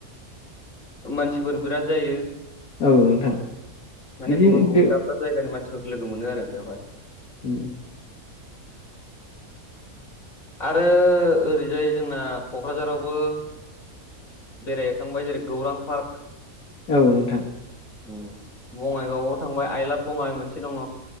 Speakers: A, on the left (about 65°); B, on the left (about 85°).
A: मानसिफोर बिराद जायो।
B: औ नोंथां
A: माने
B: बिदिनो
A: गुबुन गुबुन
B: बे
A: दाब दाब जायगानि मानसिफोरखौ लोगो मोनो आरो बेयावहाय।
B: उम।
A: आरो ओरैजाय जोंना क'क्राझारावबो बेरायहैखांबाय जेरै गौरां पार्क
B: औ नोंथां।
A: उ बङाइगावआव थांबाय आइलाब बङाइ मोनसे दङ।